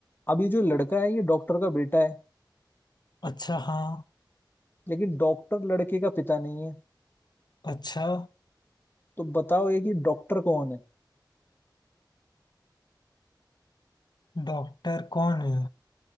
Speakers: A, on the left; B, on the left.
A: अभी जो लड़का है ये डॉक्टर का बेटा है
B: अच्छा हाँ
A: लेकिन डॉक्टर लड़के का पिता नहीं है
B: अच्छा
A: तो बताओ ये कि डॉक्टर कौन है
B: डॉक्टर कौन है